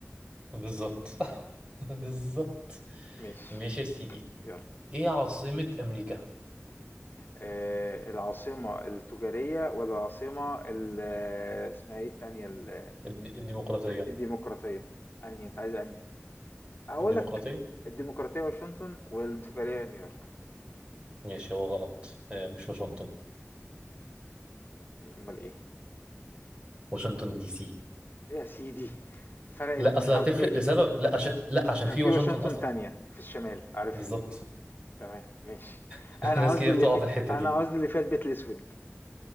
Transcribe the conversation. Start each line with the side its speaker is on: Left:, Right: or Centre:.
Right: بالظبط <laughs> بالظبط
Left: ماشي
Right: ماشي يا سيدي
Left: يلا
Right: ايه عاصمه امريكا
Left: آه العاصمة التجارية ولا العاصمة ال... اسمها ايه التانية ال...
Right: الد- الديمقراطيه
Left: الديمقراطية انهي انت عايز انهي اقول
Right: الديمقراطيه
Left: لك الديمقراطية واشنطن والتجارية نيويورك
Right: ماشي هو غلط آه، مش واشنطن
Left: امال ايه
Right: واشنطن دي سي
Left: إيه يا سيدي فرقت
Right: لا
Left: من
Right: اصل
Left: حرفين
Right: هتفرق لسبب لا عشان لا عشان
Left: عشان
Right: في
Left: في
Right: واشنطن
Left: واشنطن
Right: اصلا
Left: تانية في الشمال عارفها
Right: بالظبط
Left: تمام ماشي
Right: <laughs>
Left: انا
Right: ناس
Left: قصدي
Right: كتير
Left: اللي
Right: بتقع
Left: في
Right: في الحته
Left: انا
Right: دي
Left: قصدي اللي فيها البيت الاسود